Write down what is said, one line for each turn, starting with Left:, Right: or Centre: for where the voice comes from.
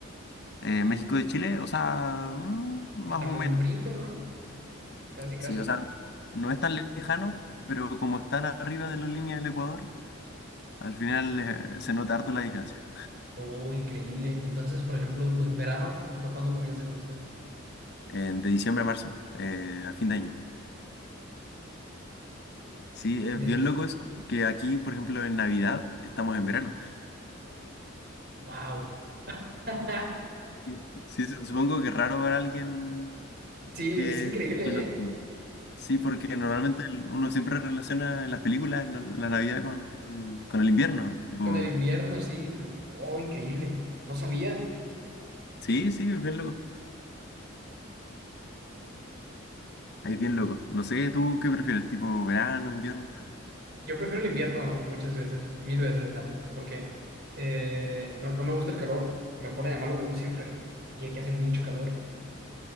Left: Eh, México de Chile, o sea, mm, más
Right: Estamos
Left: o menos.
Right: en brinco, ¿no? Casi, casi.
Left: Sí, o sea, no es tan lejano, pero como están arriba de la línea del Ecuador, al final eh, se nota harto la diferencia.
Right: Oh, increíble. Entonces, por ejemplo, pues, verano, ¿o ¿para cuándo comienza con ustedes?
Left: Eh, de diciembre a marzo, eh, a fin de año. Sí, es
Right: De
Left: bien
Right: dice,
Left: loco eso, que aquí, por ejemplo, en Navidad estamos en verano.
Right: wow. <laughs>
Left: Y Sí, su- supongo que es raro ver a alguien
Right: Sí,
Left: que...
Right: es increíble,
Left: del otro
Right: ¿eh?
Left: lado. Sí, porque
Right: Es-
Left: normalmente el- uno siempre relaciona en las películas la, la Navidad con, con el invierno. Tipo,
Right: con el invierno, sí. Oh, increíble. No sabía.
Left: sí, sí, es bien loco. Ahí es bien loco. No sé, ¿tú qué prefieres? ¿Tipo verano, invierno?
Right: Yo prefiero el invierno muchas veces, mil veces, la neta, porque eh, no, no me gusta el calor, me pone de mal humor siempre. Y aquí hace mucho calor.